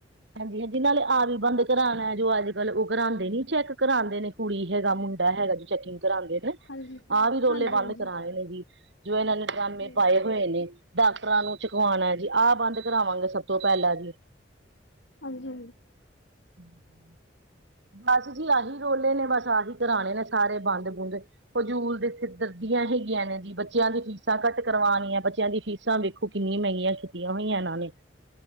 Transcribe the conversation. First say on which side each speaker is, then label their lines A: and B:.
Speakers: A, on the right; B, on the left.
A: ਹਾਂਜੀ- ਹਾਂਜੀ ਨਾਲੇ ਆਪ ਵੀ ਬੰਦ ਕਰਾਉਣਾ ਹੈ ਜੋ ਅੱਜ ਕੱਲ ਉਹ ਕਰਾਉਂਦੇ ਨੇ ਚੈੱਕ ਕਰਾਉਂਦੇ ਨੇ ਕੁੜੀ ਹੈਗਾ ਮੁੰਡਾ ਹੈਗਾ ਜੀ ਚੈਕਿੰਗ ਕਰਾਉਂਦੇ ਨੇ
B: ਹਾਂਜੀ,
A: ਆਹ ਵੀ ਰੋਲੇ
B: ਹਾਂਜੀ,
A: ਬੰਦ
B: ਹਾਂਜੀ,
A: ਕਰਾਨੇ ਜੀ ਜੋ ਇਹਨਾਂ ਨੇ ਡਰਾਮੇ
B: ਹਾਂਜੀ,
A: ਪਾਏ ਹੋਏ ਨੇ ਡਾਕਟਰਾਂ ਨੂੰ ਚੁਕਵਾਉਣਾ ਜੀ ਆਹ ਬੰਦ ਕਰਾਵਾਂਗੇ ਸੱਭ ਤੋਂ ਪਹਿਲਾਂ ਜੀ
B: ਹਾਂਜੀ
A: ਹਾਂਜੀ <unintelligible> <unintelligible> ਬੱਸ ਜੀ ਆਹੀ ਰੋਲੇ ਨੇ ਬੱਸ ਆਹੀ ਕਰਾਨੇ ਨੇ ਸਾਰੇ ਬੰਦ ਬੂੰਦ ਫਜ਼ੂਲ ਦੇ ਸਿਰ ਦਰਦੀਆਂ ਹੈਗੀਆਂ ਨੇ ਜੀ ਬੱਚਿਆਂ ਦੀ ਫੀਸਾਂ ਘੱਟ ਕਰਵਾਉਣੀਆਂ ਬੱਚਿਆਂ ਦੀ ਫੀਸਾਂ ਵੇਖੋ ਕਿੰਨੀਆਂ ਮਹਿੰਗੀਆਂ ਮਹਿੰਗੀਆਂ ਕੀਤੀਆਂ ਹੋਈਆਂ ਇਹਨਾਂ ਨੇ